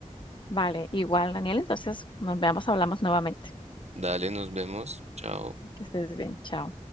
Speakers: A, on the left; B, on the right.
A: Vale, igual, Daniel, entonces nos veamos, hablamos nuevamente.
B: Dale, nos vemos. Chao.
A: Que estés bien, chao.